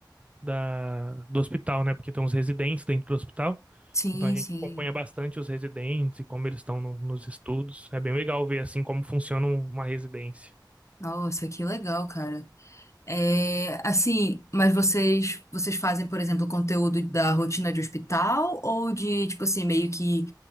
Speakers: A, on the right (about 15°); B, on the left (about 40°).
A: da, do hospital, né? Porque tem uns residentes dentro do hospital.
B: Sim,
A: Então a gente
B: sim.
A: acompanha bastante os residentes e como eles estão no- nos estudos. É bem legal ver assim como funciona um, uma residência.
B: Nossa, que legal, cara. É, assim, mas vocês vocês fazem, por exemplo, conteúdo da rotina de hospital ou de, tipo assim, meio que